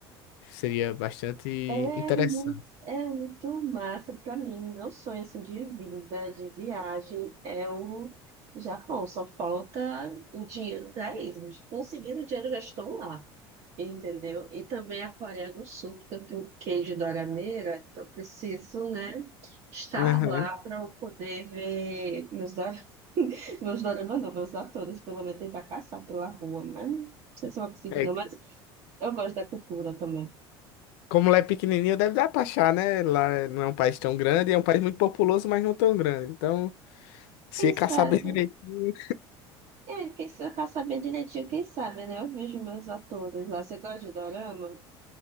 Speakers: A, on the left; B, on the right.
A: Seria bastante
B: É
A: interessante.
B: muito, é muito massa para mim. Meu sonho assim, de vida, de viagem, é o Japão. Só falta o dinheiro para isso. Conseguindo o dinheiro, já estou lá. Entendeu? E também a Coreia do Sul, porque eu tenho queijo de dorameira, então eu preciso, né, estar
A: Aham.
B: lá para eu poder ver meus, dor... <laughs> meus doramas, não, meus atores, pelo menos tentar caçar pela rua, mas não sei se eu vou conseguir,
A: É,
B: não, mas eu gosto da cultura também.
A: como lá é pequenininho, deve dar pra achar, né? Lá não é um país tão grande, é um país muito populoso, mas não tão grande. Então, se
B: Quem
A: é
B: sabe?
A: caçar bem direitinho,
B: É, quem sa- pra saber direitinho, quem sabe, né? Eu vejo meus atores lá. Você gosta de dorama?